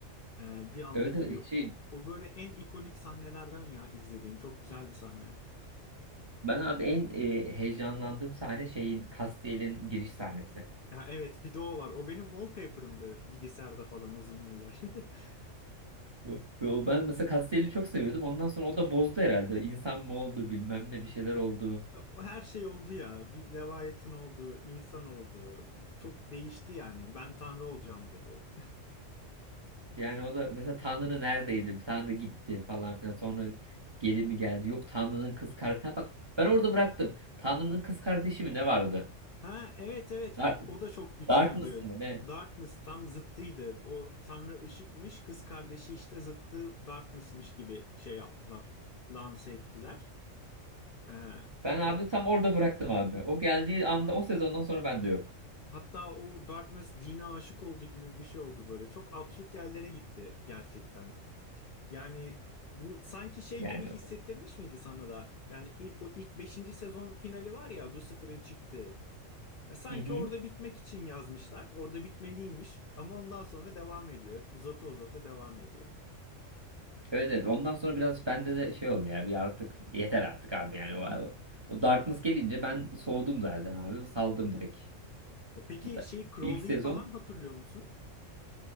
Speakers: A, on the left; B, on the right.
A: Ee, bir anda
B: Evet
A: giriyor.
B: evet şey
A: O, o böyle en ikonik sahnelerden ya izlediğim. Çok güzel bir sahne.
B: ben abi en e, heyecanlandığım sahne şeyin Castiel'in giriş sahnesi.
A: Ya evet bir de o var. O benim wallpaper'ımdı bilgisayarda falan uzun yıllar. <laughs>
B: Bu- bu- Ben mesela Castelli çok seviyordum. Ondan sonra o da bozdu herhalde. İnsan mı oldu bilmem ne bir şeyler oldu.
A: O Her şey oldu ya. Bir Leviathan oldu, insan oldu. Çok değişti yani. Ben tanrı olacağım dedi.
B: Yani o da mesela Tanrı neredeydi? Tanrı gitti falan filan. Sonra geri mi geldi? Yok Tanrı'nın kız kardeşi. Bak ben orada bıraktım. Tanrı'nın kız kardeşi mi ne vardı?
A: Ha evet evet
B: Dark,
A: o, o da çok güçlüydü.
B: Darkness mı ne?
A: Darkness tam zıttıydı. O tanrı ışıkmış, kız kardeşi işte zıttı Darkness'mış gibi şey yaptılar. Lanse ettiler. Ee,
B: Ben abi
A: hat-
B: tam orada bıraktım abi. O geldiği anda o sezondan sonra ben de yok.
A: hatta o Darkness dine aşık oldu gibi bir şey oldu böyle. Çok absürt yerlere gitti gerçekten. Yani bu sanki şey
B: Yani.
A: gibi hissettirmiş miydi sana da? Yani i- o ilk beşinci sezon finali var ya Lucifer'ın çıktığı. Ya sanki
B: Hı hı.
A: orada bitmek için yazmışlar. Orada bitmeliymiş ama ondan sonra devam ediyor. Hep uzata uzata devam ediyor.
B: Evet evet ondan sonra biraz bende de şey oldu ya bir artık yeter artık abi yani o, o Darkness gelince ben soğudum zaten abi saldım direkt.
A: Ya peki
B: Mesela
A: şey Crowley'i
B: ilk sezon
A: falan hatırlıyor musun?